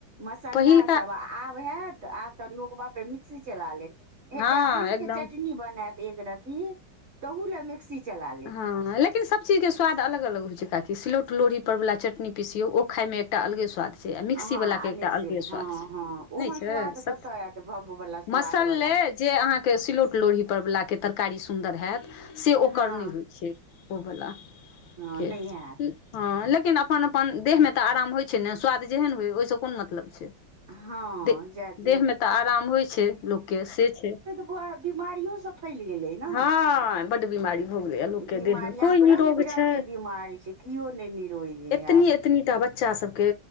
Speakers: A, on the right; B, on the left.
A: मसाला
B: पहिलका
A: सभ आब हैत त आब तऽ लोगबा पे र मिक्सी चला लेत
B: हँ
A: एकटा आम
B: एकदम
A: के चटनी बनायत एक रती तहुू लए मिक्सी चला लेत
B: हँ लेकिन स सब चीजके स्वाद अलग अलग होइ छै काकि सिलौट लोढ़ी पर वला चटनी पिसियौ ओ खाइ मे एकटा अलगे स्वाद होई छै से आ मिक्सी
A: हँ
B: बलाके
A: आ
B: एकटा
A: मिक्सी
B: अलगे
A: हँ
B: स्वाद छै
A: हँ ओहन
B: नहि छै
A: स्वाद
B: सब
A: कतऽ आयत भब्ब वला स्वाद
B: मसलले
A: वला
B: जे अहाँके सिलौट लोढ़ी परवाला के तरकारी सुन्दर होयत से ओकर
A: हँ
B: नय होइ छै ओ बला
A: हँ
B: के
A: नहि हैत
B: हँ लेकिन अपन अपन देह मे तऽ आराम होइ छै ने स्वाद जेहन होइ ओहिसँ कोन मतलब छै,
A: हँ
B: दे
A: जाय दियौ
B: देह मे तऽ आराम होइ छै लोक के से छै।
A: हँ बीमारियो सब फैल गेलै ने
B: हँ बड बीमारी भग गेल लोक के
A: बिमारी
B: देह मे कोई
A: आब रंग
B: नीरोग
A: बिरंग
B: छै,
A: के बिमारी छै केओ नहि निरोइ छै
B: एतनी
A: आब
B: एत कतनी टा बच्चा सबके